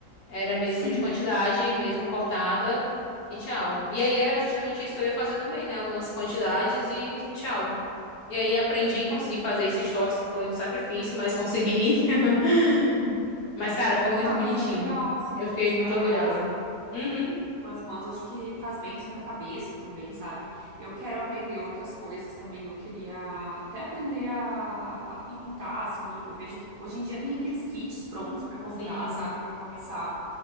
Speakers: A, on the left; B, on the right.
A: Era mesmo
B: Sim.
A: de quantidade, mesmo cortada e tchau. E aí era justamente isso que eu ia fazer também, né? Algumas quantidades e tchau. E aí aprendi, consegui fazer esses shorts, que foi um sacrifício, mas consegui. <laughs> Mas, cara, ficou muito
B: Ah,
A: bonitinho.
B: mas é legal, assim,
A: Eu fiquei
B: se
A: muito
B: trabalhar.
A: orgulhosa. Uhum,
B: Com as mãos, acho que faz bem assim para a cabeça também, sabe? Eu quero aprender outras coisas também. Eu queria até aprender a, a pintar, assim. Hoje, eu vejo que hoje em dia tem aqueles kits prontos para comprar,
A: sim.
B: sabe? Para começar.